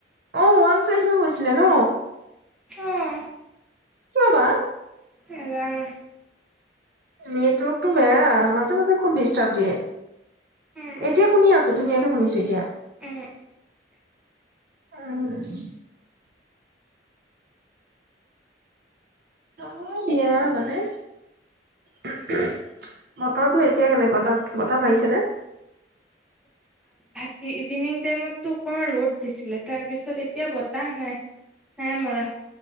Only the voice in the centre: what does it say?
হুম,
নেজানো।
উম
উম।
ভাট ইভিনিং টাইমতো অকমান ৰ'দ দিছিলে তাৰপিছত এতিয়া বতাহ নাই নাই মৰা।